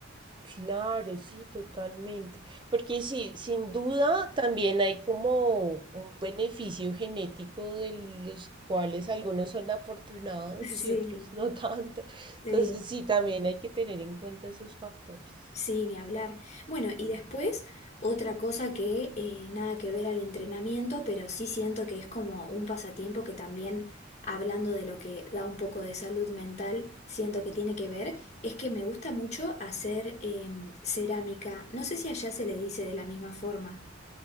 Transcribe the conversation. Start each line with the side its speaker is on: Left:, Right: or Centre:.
Right: Claro, sí, totalmente. Porque sí, sin duda también hay como un beneficio genético de los cuales algunos son afortunados
Left: <laughs>
Right: y otros no <laughs> tanto. Entonces
Left: Sí, sí.
Right: sí, también hay que tener en cuenta esos factores.
Left: Sí, ni hablar. Bueno, y después otra cosa que eh, nada que ver al entrenamiento, pero sí siento que es como un pasatiempo que también, hablando de lo que da un poco de salud mental, siento que tiene que ver, es que me gusta mucho hacer em, cerámica. No sé si allá se le dice de la misma forma.